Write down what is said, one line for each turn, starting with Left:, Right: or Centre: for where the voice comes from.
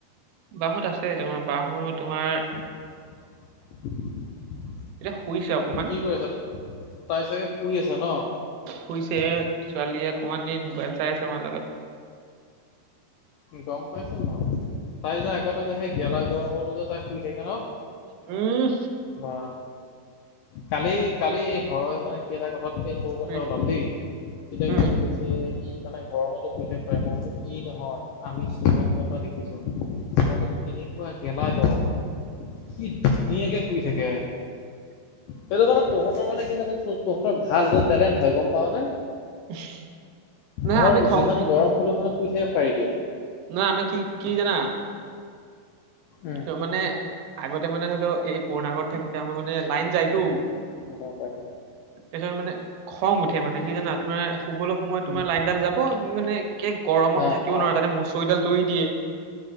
Right: বাহঁত আছে তোমাৰ, বাহঁত তোমাৰ
Left: <inaudible>
Right: এতিয়া শুইছে অকমান।
Left: কি কৰি আছে, তাই চাগে শুই আছে ন?
Right: শুইছে, এই ছোৱালীয়ে অকমান এই মোবাইল চাই আছে মাৰ লগত।
Left: গম পাইছো মই, তাই যে আগতে যে সেই গেলা গৰমতো যে তাই শুই থাকে ন?
Right: উম
Left: বা, কালি, কালি হৰই মানে এটা কথাত এই তোৰ কথা
Right: হুই,
Left: ওলাল দেই, তেতিয়া
Right: উম
Left: কৈছে, কৈছে যে ই মানে গৰমতো শুই থাকিব পাৰে, মই বোলো ই নহয়, আমি সুমন বা পৰা দেখিছোঁ। মই বুলো কেনেকুৱা গেলা গৰম কি ধুনীয়াকে শুই থাকে। সেইটো মানে তহঁতৰ মানে কি জান, ত-তহঁতৰ ভাল, এইটো টেলেণ্ট হয় গম পাৱনে?
Right: <inaudible> নহয়
Left: ধৰ
Right: আমি খং
Left: যিমান
Right: কি
Left: গৰম হলেও মানে শুই থাকে পাৰিবি
Right: নহয় আমি কি কি জানা
Left: উম
Right: তো মানে, আগতে মানে ধৰি লও! এই পুৰণা ঘৰত থাকোতে আমাৰ মানে লাইন যায়তো
Left: গম পাইছোঁ
Right: তাৰপিছত, মানে খং উঠে মানে কি জানা! তোমাৰ শুবলৈ সময়ত
Left: উম
Right: তোমাৰ লাইনডাল যাব মানে একে গৰমত
Left: অ
Right: থাকিব নোৱাৰে!
Left: অ
Right: তাতে মচৰিডাল তৰি দিয়ে